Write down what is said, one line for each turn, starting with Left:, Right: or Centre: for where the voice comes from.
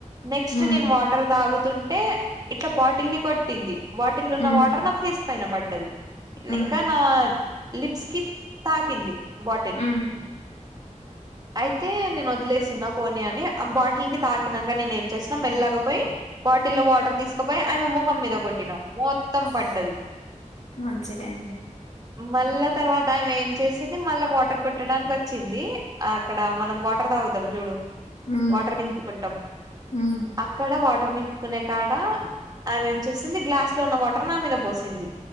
Right: నెక్స్ట్
Left: మ్మ్
Right: నేను వాటర్ తాగు తుంటే ఇట్లా బాటిల్ ని కొట్టింది బాటిల్ ఉన్న
Left: మ్మ్
Right: వాటర్ నా ఫేస్ పైన పడ్డది
Left: మ్మ్
Right: ఇంకా నా లిప్స్ కి తాకింది బాటిల్
Left: మ్మ్
Right: అయితే నేను వదిలేసిన పోనీ అని ఆ బాటిల్ కి తాకినాక నేనేం చేసినా మెల్లగాపోయి బాటిల్లో వాటర్ తీస్ ఇకపై ఆమె మొహం మీద కొట్టినాం మొత్తం పడ్డది
Left: మంచిగ అయింది
Right: మళ్ళా తర్వాత ఆయమె ఏం చేస్ వచ్చింది మళ్ళా వాటర్ కొట్టడానికి వచ్చింది అక్కడ మనం వాటర్ తాగుతాం చూడు
Left: మ్మ్
Right: వాటర్ నింపుకుంటాం
Left: మ్మ్
Right: అక్కడ వా వాటర్ నింపుకునే కాడ ఆమె ఏం చేసింది గ్లాస్ లో ఉన్న వాటర్ నా మీద పోసింది